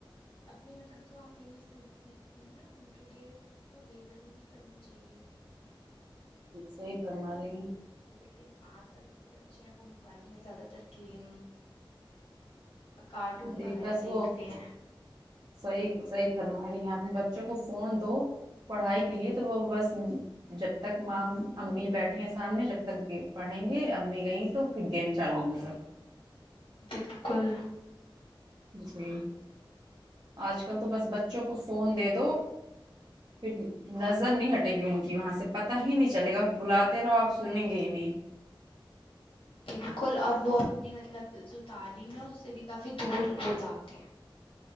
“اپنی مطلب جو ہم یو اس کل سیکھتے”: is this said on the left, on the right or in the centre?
Left